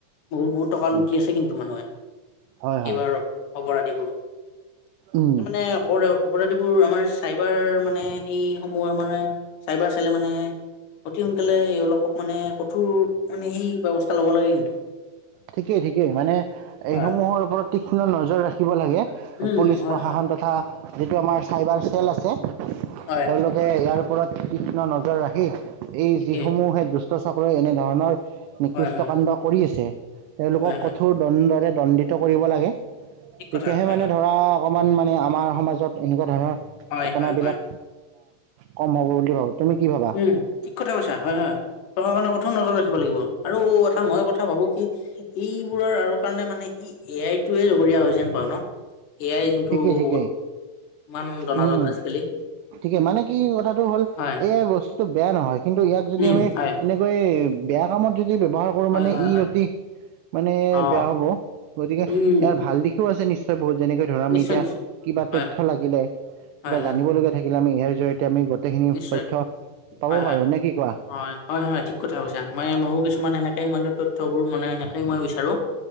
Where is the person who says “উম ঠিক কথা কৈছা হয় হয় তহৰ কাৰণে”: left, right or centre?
Left